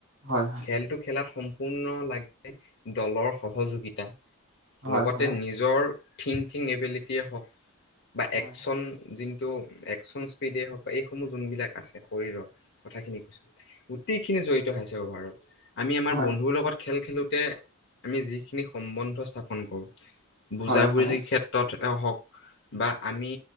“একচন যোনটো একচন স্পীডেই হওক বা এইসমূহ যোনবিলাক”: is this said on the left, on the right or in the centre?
Left